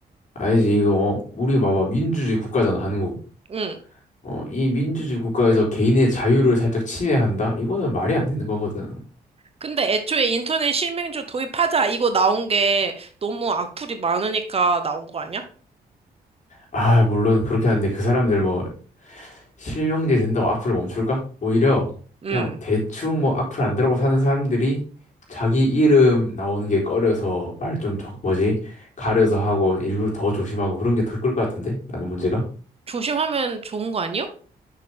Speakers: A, on the left; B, on the right.
A: 알지 이거 어, 우리 봐봐 민주주의 국가잖아 한국.
B: 응.
A: 어, 이 민주주의 국가에서 개인의 자유를 살짝 침해한다? 이거는 말이 안 되는 거거든.
B: 근데 애초에 인터넷 실명조 도입하자 이거 나온 게 너무 악플이 많으니까 나온 거 아니야?
A: 아, 물론 그렇게 하는데 그 사람들 뭐 실명제 된다고 악플을 멈출까? 오히려
B: 응.
A: 그냥 대충 뭐 악플 안 달고 사는 사람들이 자기 이름 나오는 게 꺼려서 말 좀 뭐지? 가려서 하고 일부러 더 조심하고 그런 게 더 클 것 같은데? 나는 문제가?
B: 조심하면 좋은 거 아니요?